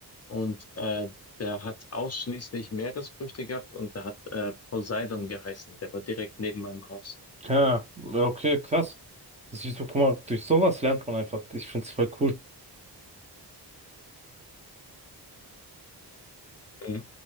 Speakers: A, on the left; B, on the right.
A: und äh, der hat ausschließlich Meeresfrüchte gehabt und der hat äh, Poseidon geheißen. Der war direkt neben meinem Haus.
B: Ja, okay, krass. Das ist, guck mal, durch sowas lernt man einfach. Ich find's voll cool.
A: Mhm.